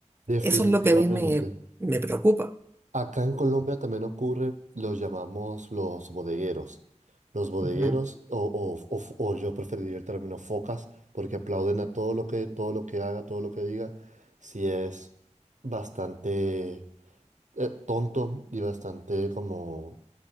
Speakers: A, on the right; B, on the right.
A: Definitivamente.
B: Eso es lo que a mí me, me preocupa.
A: Acá en Colombia también ocurre, los llamamos los bodegueros. Los bodegueros,
B: Ujú.
A: o, o- o- o yo preferiría el término focas, porque aplauden a todo lo que, todo lo que haga, todo lo que diga, si es bastante eh, tonto y bastante como,